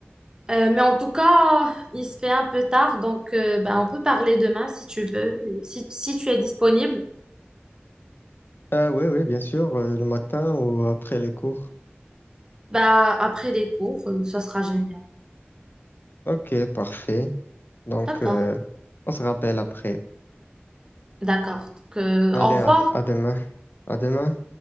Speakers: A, on the right; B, on the left.
A: Euh, mais en tout cas, il se fait un peu tard, donc euh, ben, on peut parler demain si tu veux. Et Si, si tu es disponible,
B: Ah oui, oui, bien sûr, euh, le matin ou après les cours.
A: bah après les cours, euh, ça sera génial.
B: Ok, parfait. Donc,
A: D'accord.
B: euh, on se rappelle après.
A: D'accord. Donc, euh,
B: Allez,
A: au revoir.
B: à, à demain. À demain.